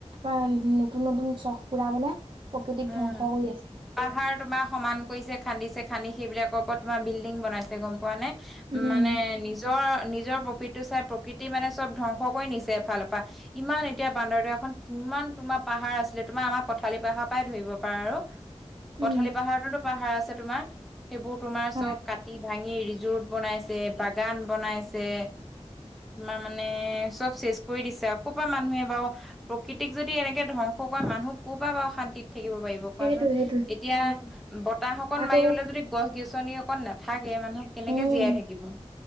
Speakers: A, on the right; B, in the centre.
A: বা নতুন নতুন চখ পুৰাবলে প্ৰকৃতিক
B: উম।
A: ধ্বংস কৰি আছে।
B: পাহাৰ তোমাৰ সমান কৰিছে খান্দিছে খান্দি সেইবিলাকৰ ওপৰত তোমাৰ বিল্ডিং বনাইছে গম পোৱা নে।
A: উম,
B: মানে নিজ নিজৰ নিজৰ প্ৰফিটটো চাই প্ৰকৃতি মানে চব ধ্বংস কৰি নিছে এফালৰ পা ইমান এতিয়া বান্দৰদাৰখন ইমান তোমাৰ পাহাৰ আছিলে তোমাৰ আমাৰ পথালি পাহাৰ পাই ধৰিব পাৰা আৰু পথালি
A: উম,
B: পাহাৰতোতো পাহাৰ আছে তোমাৰ। সেইবোৰ তোমাৰ
A: হয়
B: চব কাটি-ভাঙি ৰিজোৰ্ট বনাইছে, বাগান বনাইছে তোমাৰ মানে চব চেজ কৰি দিছে, কৰপা মানুহে বাৰু প্ৰকৃতিক যদি এনেকে ধ্বংস কৰে, মানুহ ক'ৰ পৰা বাৰু শান্তিত থাকিব পাৰিব কোৱাচোন?
A: সেইটোৱে সেইটোৱে।
B: এতিয়া বতাহ অকন
A: আকৌ
B: মাৰিবলে যদি গছ-গছনি অকণ নাথাকে, মানুহ কেনেকে
A: উম,
B: জীয়াই থাকিব?